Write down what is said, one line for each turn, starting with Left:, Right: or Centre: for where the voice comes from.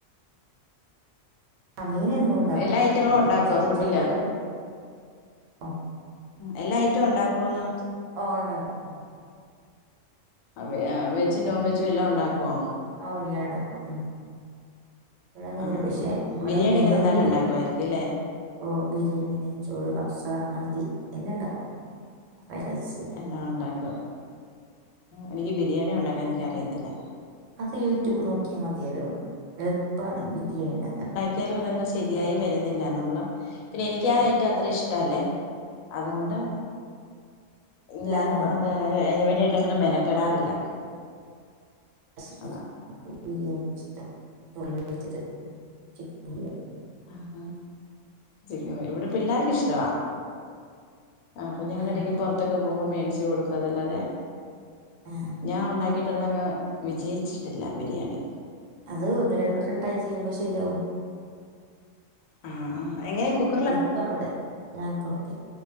Right: ആ മീൻ എന്നും ഉണ്ടാവും
Left: എല്ലാ ഐറ്റങ്ങളും
Right: പിന്നെ
Left: ഉണ്ടാക്കോ
Right: ഇറച്ചി
Left: ഫുഡില്
Right: ചിക്കനൊക്കെ ഓ
Left: എല്ലാ ഐറ്റോം ഉണ്ടാക്കുവോന്ന്
Right: ഓഹ് ഉണ്ടാക്കും
Left: ആഹ് വെജ് നോൺ വെജും എല്ലാം ഉണ്ടാക്കുമോ
Right: ഓഹ് എല്ലാം ഉണ്ടാക്കും ഉം ഇടെങ്ങനില്ല
Left: ആഹ്
Right: പക്ഷെ ഇവിടെ
Left: ബിരിയാണിയൊക്കെ
Right: മീനെങ്കിലും
Left: നന്നായിട്ട് ഉണ്ടാക്കുവായിരിക്കും അല്ലേ
Right: ഓഹ് ബിരിയാണി നെയ്ച്ചോറ് കഫ്സ മന്തി എല്ലാം ഉണ്ടാക്കും ഫ്രൈഡ് റൈസ്
Left: എല്ലാം ഉണ്ടാക്കും എനിക്ക് ബിരിയാണി ഉണ്ടാക്കാൻ എനിക്കറിയത്തില്ല
Right: അത് യൂട്യൂബ് നോക്കിയാൽ മതിയല്ലോ എളുപ്പമാണ് ബിരിയാണി ഉണ്ടാക്കാൻ
Left: ഒരിക്കലും അതങ്ങ് ശരിയായി വരുന്നില്ല നമ്മള് പിന്നെ എനിക്ക് ആ അയിറ്റം അത്ര ഇഷ്ടല്ലേ അതുകൊണ്ട്
Right: എല്ലാന്നോ
Left: ഞാനും അങ്ങനെ അതിന് വേണ്ടിയിട്ട് അങ്ങനെ മെനക്കെടാറില്ല
Right: <unintelligible>
Left: അതാ
Right: ബിരിയാണി ഇഷ്ടം ഉള്ളി വച്ചിട്ട് ചിക്കൻ <unintelligible>
Left: ആഹ് ചിക്കൻ ബിരിയാണി ഇവിടെ പിള്ളേർക്ക് ഇഷ്ടവാ ആഹ് അപ്പ ഞങ്ങള്
Right: ഉം
Left: ഇടക്ക് പൊറത്തൊക്കെ പോകുമ്പോ മേടിച്ചു കൊടുക്കും അതല്ലാതെ-
Right: ആഹ്
Left: ഞാൻ ഉണ്ടാക്കിയിട്ട് അത് അങ്ങ് വിജയിച്ചിട്ടില്ല ബിരിയാണി
Right: അത് ഒന്ന് രണ്ട് വട്ടം ട്രൈ ചെയ്യുമ്പോൾ ശരിയാവും
Left: ആഹ് ആഹ് എങ്ങനെ കുക്ക്-
Right: എളുപ്പം ആണ് ഇവിടെ